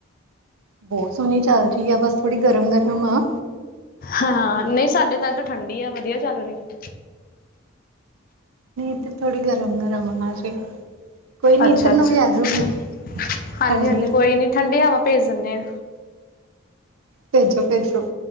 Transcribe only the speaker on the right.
ਬਹੁਤ ਸੋਹਣੀ ਚੱਲ ਰਹੀ ਆ ਬਸ ਥੋੜੀ ਗਰਮ -ਗਰਮ ਆ।
ਨਹੀਂ, ਇੱਧਰ ਥੋੜੀ ਗਰਮ- ਗਰਮ ਆ ਜੀ। ਕੋਈ ਨੀ
ਇੱਧਰ ਨੂੰ
ਵੀ ਆਜੂਗੀ
ਠੰਡੀ
ਭੇਜੋ -ਭੇਜੋ